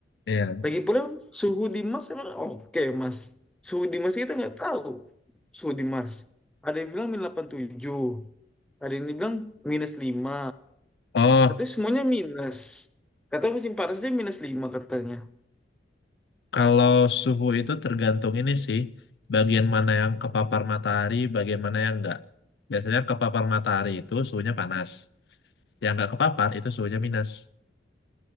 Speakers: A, on the left; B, in the centre.
A: iya.
B: lagi pula suhu di Mars emang oke Mas suhu di Mars kita nggak tahu suhu di Mars ada yang bilang minus 87. ada yang bilang minus 5.
A: Oh,
B: katanya semuanya minus katanya musim panasnya minus lima katanya
A: kalau suhu itu tergantung ini sih, bagian mana yang kepapar matahari, bagian mana yang enggak. Biasanya kepapar matahari itu suhunya panas, yang enggak kepapar itu suhunya minus.